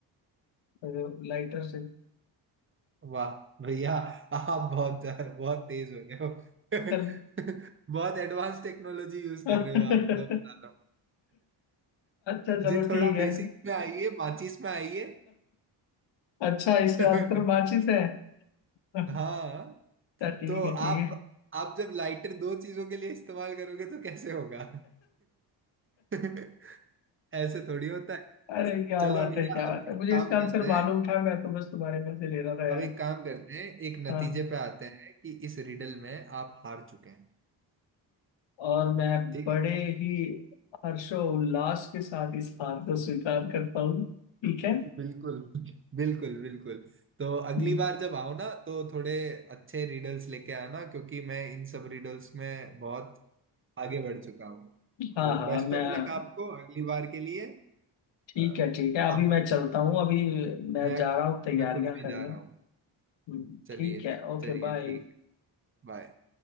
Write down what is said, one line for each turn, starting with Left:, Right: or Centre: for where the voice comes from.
Left: लाइटर से
Right: वाह भैया आप बहुत बहुत तेज हो गए हो <laughs>
Left: चल
Right: बहुत एडवांस टेक्नोलॉजी यूज
Left: अच्छा
Right: कर रहे हो आप मैं बता रहा
Left: चलो
Right: हूँ <laughs> जी
Left: ठीक
Right: थोड़ा
Left: है
Right: बेसिक में आइए माचिस में आइए
Left: अच्छा
Right: <laughs>
Left: इसका आंसर माचिस है अच्छा
Right: हाँ तो, तो
Left: ठीक है
Right: आप
Left: ठीक है
Right: आप जब लाइटर दो चीजों के लिए इस्तेमाल करोगे तो कैसे होगा <laughs> ऐसे थोड़ी होता है
Left: अरे क्या
Right: चलो
Left: बात
Right: भैया
Left: है क्या बात
Right: अब एक
Left: है मुझे
Right: काम
Left: इसका
Right: करते
Left: आंसर मालूम
Right: हैं
Left: था मैं तो बस तुम्हारे में से ले रहा था यार
Right: अब एक काम करते हैं एक नतीजे
Left: हाँ
Right: पे आते हैं कि इस रिडल में आप हार चुके हैं
Left: और मैं
Right: ठीक
Left: बड़े
Right: है
Left: ही हर्षो उल्लास के साथ इस हार को स्वीकार करता हूँ
Right: <laughs>
Left: ठीक है
Right: बिल्कुल बिल्कुल बिल्कुल तो अगली
Left: हम्म।
Right: बार जब आओ ना तो थोड़े अच्छे रिडल्स लेके आना क्योंकि मैं इन सब रिडल्स में बहुत आगे बढ़ चुका हूँ
Left: हाँ
Right: तो
Left: हाँ
Right: बेस्ट
Left: मैं
Right: ऑफ लक आपको अगली बार के लिए
Left: ठीक
Right: अ,
Left: है ठीक है
Right: आप
Left: अभी मैं चलता हूँ अभी मैं
Right: मैं
Left: जा रहा हूँ तैयारियां
Right: मैं खुद भी
Left: करने
Right: जा रहा हूँ
Left: हम्म,
Right: चलिए
Left: ठीक है ओके
Right: चलिए
Left: बाय
Right: ठीक है बाय